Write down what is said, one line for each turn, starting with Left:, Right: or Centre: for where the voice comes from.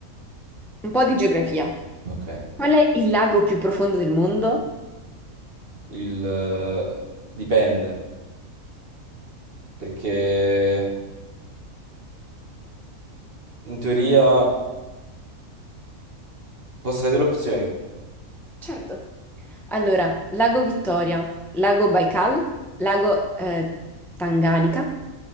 Centre: Un po' di geografia.
Right: Ok.
Centre: Qual è il lago più profondo del mondo?
Right: Il... eh, Dipende. Perché in teoria posso vedere le opzioni.
Centre: Certo. Allora, Lago Vittoria, Lago Baikal, Lago eh, Tanganica